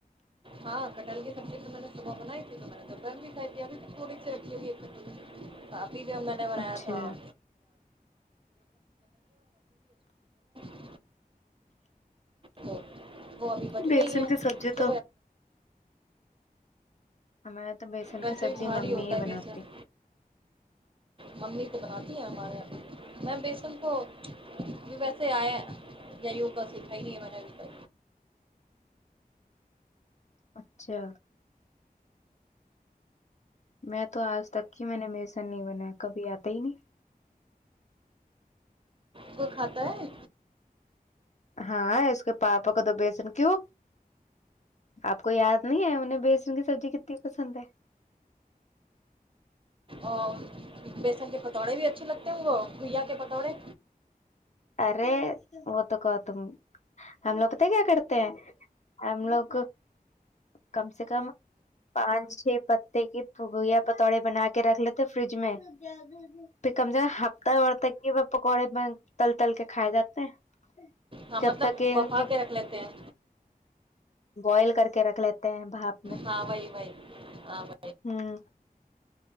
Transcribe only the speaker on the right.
ہاں کٹل کی سبزی تو میں نے صبح بنائی تھی تو میں نے گپر میں بھی کھائی تھی ابھی تھوڑی سی رکھی ہوئی ہے کٹوری س ابھی جو میں نے بنایا
تھا <inaudible> تو وہ ابھی بچ
گئی ہیں
اس
ویسے بھی بھاری
ہوتا
ہے
بیسن ممی تو بناتی ہیں ہمارے یہاں میں بیسن کو یہ ویسے آئے یا یوگا سیکھا ہی نہیں ہے میں نے
کوئی کھاتا ہے
اور بیسن کے پتوڑے بھی اچھے لگتے ہیں بھیا کے پتوڑے
ہاں مطلب
بفا
رکھ لیتے ہیں
ہاں بوہی وہی ہاں و